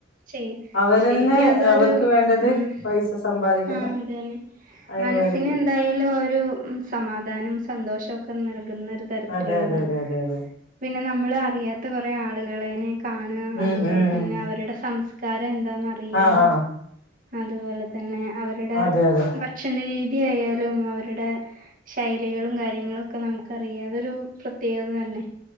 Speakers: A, on the right; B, on the left.
A: ചെയ്യും
B: അവരന്നെ
A: ശരിക്കും അതൊരു
B: അവർക്ക് വേണ്ടത്
A: മ്മ്
B: പൈസ സമ്പാദിക്കുന്നു
A: ആഹ് അത് തന്നെ
B: അയിന്
A: മനസ്സിന്
B: വേണ്ടിട്ട്
A: എന്തായാലും ഒരു സമാധാനം സന്തോഷവും ഒക്കെ നൽകുന്ന ഒരു തരത്തിലുള്ളതാ
B: അതെ അതെ അതെ അതെ അതെ
A: പിന്നെ നമ്മള് അറിയാത്ത കുറെ ആളുകളെ കാണുക
B: ഉം
A: അതുപോലെ
B: ഉം
A: തന്നെ അവരുടെ സംസ്കാരം എന്താന്നറിയ
B: ആഹ് ആഹ്
A: അതുപോലെ തന്നെ അവരുടെ
B: അതെ അതെ
A: ഭക്ഷണ രീതിയായാലും അവരുടെ ശൈലികളും കാര്യങ്ങളൊക്കെ നമുക്കറിയാ അതൊരു പ്രത്യേകത തന്നെ